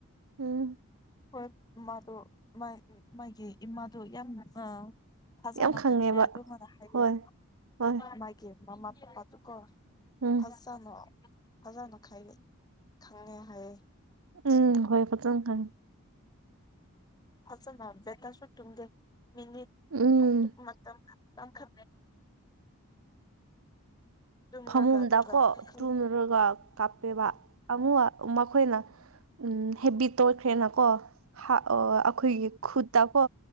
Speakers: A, on the right; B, on the left.
A: ꯎꯝ
B: ꯍꯣꯏ ꯃꯥꯗꯣ ꯃꯥꯒꯤ ꯏꯃꯥꯗꯣ ꯌꯥꯝꯅ ꯑ ꯐꯖꯅ
A: ꯌꯥꯝ ꯈꯪꯉꯦꯕ
B: ꯈꯪꯉꯦ ꯑꯗꯨꯃꯅ ꯍꯥꯏꯌꯦꯦ
A: ꯍꯣꯏ ꯍꯣꯏ
B: ꯃꯥꯒꯤ ꯃꯃꯥ ꯄꯄꯥꯗꯨꯀꯣ
A: ꯎꯝ
B: ꯐꯖꯅ ꯐꯖꯅ ꯈ ꯈꯪꯉꯦ ꯍꯥꯏꯌꯦꯦ
A: ꯎꯝ ꯍꯣꯏ ꯄꯆꯅ ꯍꯥꯏ
B: ꯐꯖꯅ ꯕꯦꯇꯔꯁꯨ ꯇꯨꯝꯗꯦ ꯃꯤꯅꯤꯠ
A: ꯎꯝ
B: ꯍꯥꯏ ꯃꯇꯝ ꯑ ꯈꯦ ꯇꯨꯝꯔꯒ
A: ꯐꯃꯨꯝꯗꯀꯣ
B: ꯑꯗꯨꯒ ꯄꯨꯈꯝ
A: ꯇꯨꯝꯨꯔꯒ ꯀꯥꯞꯄꯦꯕ ꯑꯃ ꯃꯈꯣꯏꯅ ꯎꯝ ꯍꯦꯕꯤꯠꯇ ꯑꯣꯏꯈ꯭ꯔꯦꯅꯀꯣ ꯑꯩꯈꯣꯏꯒꯤ ꯈꯨꯠꯇꯀꯣ